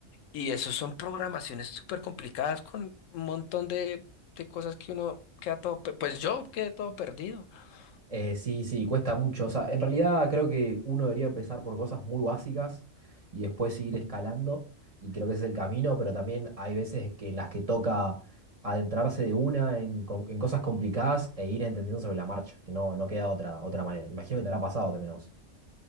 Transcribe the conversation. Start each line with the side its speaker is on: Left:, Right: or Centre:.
Left: y eso son programaciones súper complicadas con un montón de, de cosas que uno queda todo, pe- pues yo quedé todo perdido. <laughs>
Right: Eh, sí, sí, cuesta mucho. O sea, en realidad creo que uno debería empezar por cosas muy básicas y después ir escalando. Y creo que ese es el camino, pero también hay veces que, en las que toca adentrarse de una en, co- en cosas complicadas e ir entendiendo sobre la marcha, que no, no queda otra, otra manera. Imagino que te habrá pasado también a vos.